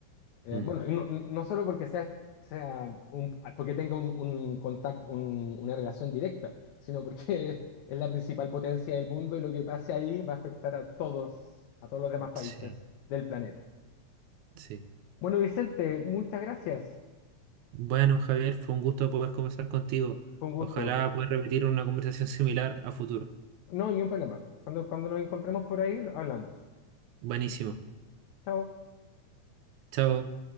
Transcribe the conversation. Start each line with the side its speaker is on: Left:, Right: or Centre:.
Left: Eh,
Right: Mm,
Left: bueno, y no, no no solo porque sea, sea un- porque tenga un, un contacto, un- una relación directa, sino porque <laughs> es la principal potencia del mundo y lo que pase ahí va a afectar a todos, a todos los demás países
Right: sí,
Left: del planeta.
Right: sí.
Left: Bueno, Vicente, muchas gracias.
Right: Bueno, Javier, fue un gusto poder conversar contigo.
Left: Con gusto.
Right: Ojalá pueda repetir una conversación similar a futuro.
Left: No, ni un problema. Cuando, cuando nos encontremos por ahí, hablamos.
Right: Buenísimo.
Left: Chao.
Right: Chao.